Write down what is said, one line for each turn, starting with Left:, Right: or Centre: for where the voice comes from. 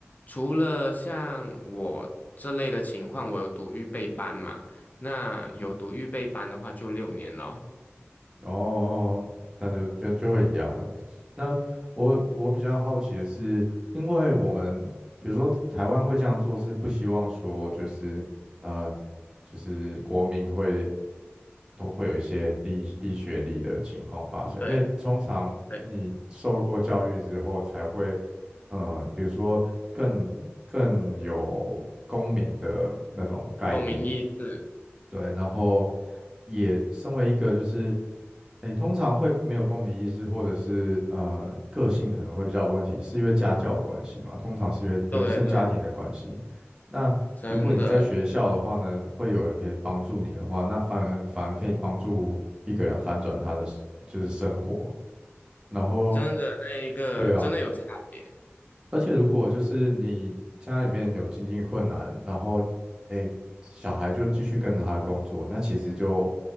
Left: 除了像我这类的情况，我有读预备班嘛？那有读预备班的话，就六年咯。
Right: 哦，哦那就就就会一样了。那我我比较好奇的是，因为我们比如说台湾会这样做，是不希望说就是呃，就是国民会都会有一些低低学历的情况发生，
Left: 对
Right: 因为通常你受过教育之后才会
Left: 对，
Right: 呃，比如说更更有公民的那种概念。
Left: 共鸣意志，
Right: 对，然后也身为一个就是，诶，通常会没有共鸣意识，或者是呃个性可能会比较有问题，是因为家教的关系嘛？通常是因为原生家庭的关系。
Left: 对对，
Right: 那如果你在学校的话呢，
Left: 真的
Right: 会有人可以帮助你的话，那反而反而可以帮助一个人翻转他的就是生活。然后，
Left: 真的那一个真的有差别，
Right: 对啊，而且如果就是你家里面有经济困难，然后诶小孩就继续跟着他工作，那其实就